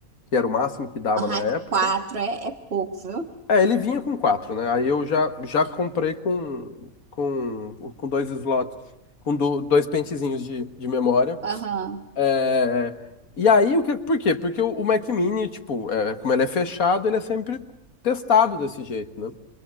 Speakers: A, on the left; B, on the right.
A: que era o máximo que dava
B: Ah,
A: na época.
B: 4 é, é pouco, viu?
A: É, ele vinha com quatro, né? Aí eu já, já comprei com, com, com dois slots, com do- dois pentezinhos de, de memória.
B: Aham.
A: É, e aí, o que, por quê? Porque o, o Mac Mini, tipo, é, como ele é fechado, ele é sempre testado desse jeito, né?